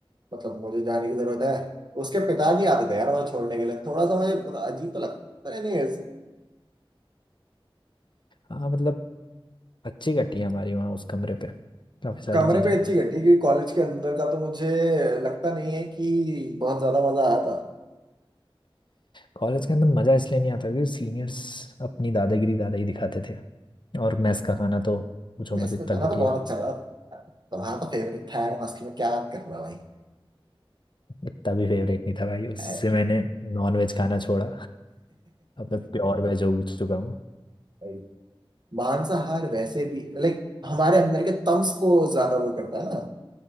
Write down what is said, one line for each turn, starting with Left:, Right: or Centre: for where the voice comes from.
Right: मतलब मुझे जाने की जरूरत है उसके पिताजी आते थे यार मुझे छोड़ने के लिए थोड़ा सा मुझे मतलब अजीब तो लगता पता नहीं इस
Left: हाँ मतलब अच्छी कटी है हमारी वहाँ उस कमरे पे काफ़ी सारी
Right: कमरे
Left: चीज़ें
Right: पे अच्छी घटी क्योंकि कॉलेज के अंदर का तो मुझे लगता नहीं है कि बहुत ज्यादा मजा आया था
Left: कॉलेज के अंदर मज़ा इसलिए नहीं आता क्योंकि सीनियर्स अपनी दादागिरी दादा ही दिखाते थे और मेस का खाना तो पूछो
Right: मेस
Left: मत
Right: का
Left: इतना
Right: खाना
Left: घटिया
Right: तो बहुत अच्छा था तुम्हारा तो फेवरेट था यार मस्ती में क्या बात कर रहा है भाई
Left: इतना भी फेवरेट नहीं था भाई उससे
Right: <laughs>
Left: मैंने नॉन वेज खाना छोड़ा अब मैं प्योर वेज हो चुका हूँ
Right: भाई, मांसाहार वैसे भी लाइक हमारे अंदर के तम्स को ज्यादा वो करता है ना